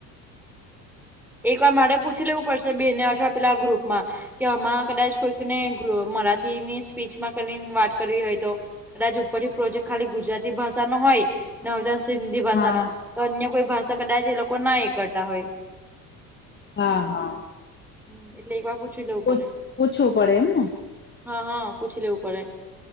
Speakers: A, on the left (about 20°); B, in the centre.
A: <inaudible>
B: એક વાર મારે પૂછી લેવું પડશે બે ને અઠવા પેલા આ ગ્રુપ માં. કે આમાં કદાચ કોઈકને મરાઠીની સ્પીચમાં કરીને વાત કરવી હોય તો. કદાજ ઉપરથી પ્રોજેક્ટ ખાલી ગુજરાતી ભાષા નો હોય. ન સિંધી ભાષા
A: હા
B: ન તો અન્ય કોઈ ભાષા કદાચ એ લોકો ના ળતા હોય.
A: હા હા.
B: હ એટલે એક વાર પૂછી લેવું
A: પૂ-
B: પડે
A: પૂછવું પડે એમ ને
B: હા હા પૂછી લેવું પડે.